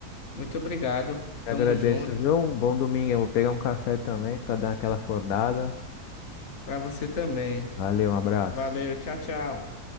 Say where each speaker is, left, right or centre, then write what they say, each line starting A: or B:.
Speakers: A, on the left; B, on the left.
A: Muito obrigado.
B: Te
A: Tamo
B: agradeço,
A: junto.
B: viu? Um bom domingo. Eu vou pegar um café também para dar aquela acordada.
A: Pra você também.
B: Valeu, um abraço.
A: Valeu, tchau, tchau.